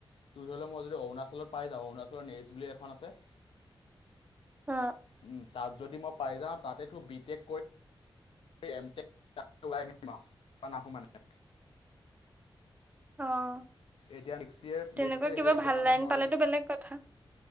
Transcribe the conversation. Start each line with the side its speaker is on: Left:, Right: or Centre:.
Left: তোৰ ধৰি ল' মই যদি অৰুণাচলত পাই যাওঁ, অৰুণাচলত নেৰিষ্ট বুলি এখন আছে।
Right: অ
Left: উম তাত যদি মই পাই যাওঁ তাতে তোৰ বিটেক কৰিম। এই এম টেক তাত ওলাই আহিম আৰু তাৰপা নাহো মানে।
Right: অ'
Left: এতিয়া নেক্সট ইয়েৰ
Right: তেনেকুৱা
Left: নেক্সট ইয়েৰ
Right: কিবা
Left: <unintelligible>
Right: ভাল
Left: কাৰণে
Right: লাইন
Left: মই
Right: পালেতো
Left: আৰু
Right: বেলেগ কথা